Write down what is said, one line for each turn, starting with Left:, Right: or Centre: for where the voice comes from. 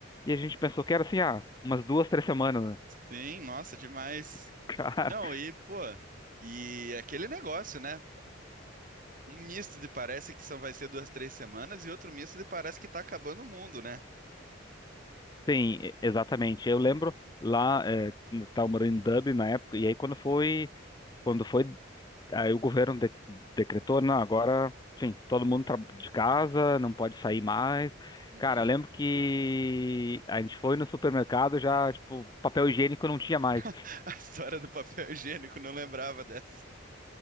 Left: e a gente pensou que era assim, ah, umas duas, três semanas, né?
Right: Sim, nossa, demais.
Left: <laughs> cara
Right: Não, e, pô, e aquele negócio, né? um misto de parece que só vai ser duas, três semanas e outro misto de parece que tá acabando o mundo, né?
Left: Sim, e- exatamente. Eu lembro lá, eh, estava morando em Dublin na época, e aí quando foi, quando foi, aí o governo de- decretou, não, agora, sim, todo mundo tra- de casa, não pode sair mais.
Right: Uhum.
Left: Cara, eu lembro que a gente foi no supermercado já, tipo, papel higiênico não tinha mais.
Right: <laughs> A história do papel higiênico, não lembrava dessa.